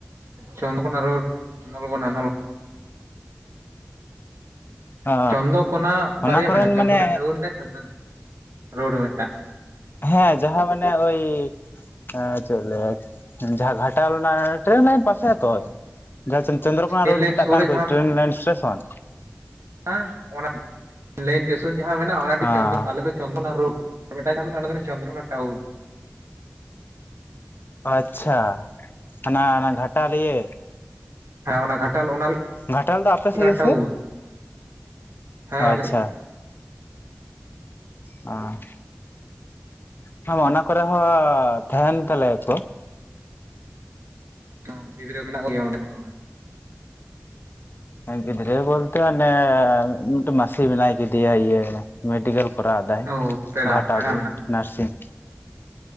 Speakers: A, on the right (about 75°); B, on the left (about 45°).
A: ᱪᱟᱫᱨᱚᱠᱳᱱᱟ ᱨᱳᱰ ᱱᱚᱞᱜᱚᱱᱟ
B: ᱚ
A: ᱪᱚᱱᱫᱚ ᱠᱚᱱᱟᱜ ᱵᱟᱨᱭᱟ
B: ᱚᱱᱟ ᱠᱚᱨᱮᱱ
A: ᱢᱮᱱᱟᱜ-ᱟ
B: ᱢᱟᱱᱮ
A: ᱪᱚᱱᱫᱚ ᱨᱳᱰ ᱢᱤᱫ ᱴᱟᱝ
B: ᱦᱮᱸ ᱡᱟᱦᱟᱸ ᱢᱟᱱᱮ ᱳᱭ ᱦᱮᱸ ᱪᱮᱫ ᱞᱟᱹᱭᱟ ᱡᱟᱦᱟᱸ ᱜᱷᱟᱴᱟᱞ ᱨᱮᱱᱟᱜ ᱴᱨᱮᱱ ᱨᱮᱱᱟᱜ ᱯᱟᱥᱮ ᱟᱹᱛᱚ ᱡᱟᱦᱟᱸ ᱪᱚᱱᱫᱨᱚᱠᱚᱱᱟ
A: ᱛᱤᱱ
B: ᱨᱳᱰ
A: ᱞᱟᱹᱭᱤᱱ
B: ᱢᱮᱛᱟᱜ
A: ᱥᱩᱨ
B: ᱠᱟᱱ
A: ᱨᱮ
B: ᱠᱚ ᱴᱨᱮᱱ ᱞᱟᱭᱤᱱ ᱮᱥᱴᱮᱥᱚᱱ
A: ᱦᱮ ᱚᱱᱟ ᱞᱟᱭᱤᱱ ᱴᱮᱥᱚᱱ ᱡᱟᱦᱟᱸ ᱢᱮᱱᱟᱜᱼᱟ ᱚᱱᱟ ᱴᱮᱱ
B: ᱦᱚᱸ
A: ᱪᱚᱱᱫᱚ ᱟᱞᱮ ᱫᱚ ᱪᱚᱱᱫᱨᱚᱱᱟ ᱨᱚᱰ ᱟᱨ ᱢᱤᱫᱴᱟᱝ ᱧᱟᱢ ᱢᱮᱱᱟᱜᱼᱟ ᱱᱚᱸᱰᱮ ᱠᱟᱱᱟ ᱪᱚᱱᱫᱨᱚᱱᱟ ᱴᱟᱣᱩᱱ
B: ᱟᱪᱪᱷᱟ ᱦᱟᱱᱟ ᱚᱱᱟ ᱜᱷᱟᱴᱟ ᱞᱤᱭᱮ
A: ᱦᱮᱸ ᱚᱱᱟ ᱜᱷᱟᱴᱟᱞ ᱚᱱᱟ
B: ᱜᱷᱟᱴᱟᱞ ᱫᱚ ᱟᱯᱮ
A: ᱦᱩᱭᱩᱜ
B: ᱥᱮ
A: ᱠᱟᱱᱟ
B: ᱜᱮ
A: ᱴᱟᱣᱩᱱ
B: ᱥᱮ?
A: ᱦᱮᱸ
B: ᱟᱪᱪᱷᱟ
A: ᱟᱞᱮ ᱥᱮᱫ ᱜᱮ
B: ᱟᱨ ᱦᱮᱸ ᱚᱱᱟ ᱠᱚᱨᱮ ᱦᱚᱸ ᱛᱟᱦᱮᱱ ᱛᱟᱞᱮᱭ ᱟᱠᱚ
A: ᱚ ᱜᱤᱫᱽᱨᱟᱹ ᱢᱮᱱᱟᱜ ᱠᱚ ᱜᱮᱭᱟ ᱚᱸᱰᱮ ᱦᱚᱸ
B: ᱜᱤᱫᱽᱨᱟᱹ ᱵᱚᱞᱛᱮ ᱚᱱᱮ ᱢᱤᱫᱴᱮ ᱢᱟᱹᱥᱤ ᱢᱮᱱᱟᱭ ᱠᱟᱫᱤᱭᱟ ᱢᱮᱰᱮᱞ ᱠᱚᱨᱟᱣ ᱮᱫᱟᱭ
A: ᱚ ᱯᱮᱲᱟ
B: ᱜᱷᱟᱴᱟᱞ
A: ᱯᱮᱲᱟ
B: ᱨᱮ
A: ᱢᱮᱱᱟᱜ
B: ᱱᱟᱨᱥᱤᱝ